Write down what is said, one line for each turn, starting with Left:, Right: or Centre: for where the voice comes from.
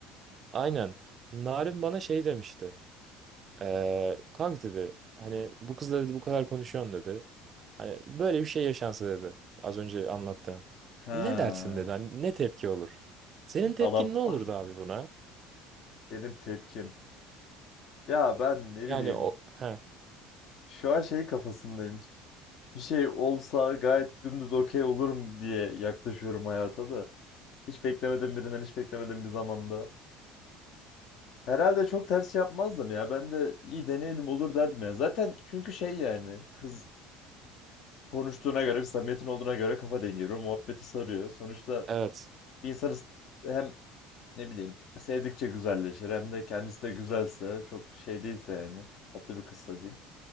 Right: Aynen. Narin bana şey demişti. Ee, kanka dedi hani bu kızla dedi bu kadar konuşuyorsun dedi. Hani böyle bir şey yaşansa dedi. Az önce anlattığım.
Left: Ha.
Right: Ne dersin dedi. Hani ne tepki olur? Senin tepkin
Left: Adam
Right: ne olurdu
Left: ah
Right: abi buna?
Left: benim tepkim. Ya ben ne
Right: Yani
Left: bileyim.
Right: o ha
Left: Şu an şey kafasındayım. Bir şey olsa gayet dümdüz okey olurum diye yaklaşıyorum hayata da. Hiç beklemedim birinden hiç beklemedim bir zamanda. Herhalde çok ters şey yapmazdım ya. Ben de iyi deneyelim olur derdim ya. Zaten çünkü şey yani kız konuştuğuna göre, bir samimiyetin olduğuna göre kafa dengi veriyor. Muhabbeti sarıyor. Sonuçta
Right: evet.
Left: bir insan ist- hem ne bileyim sevdikçe güzelleşir hem de kendisi de güzelse çok şey değilse yani tatlı bir kızsa diyeyim.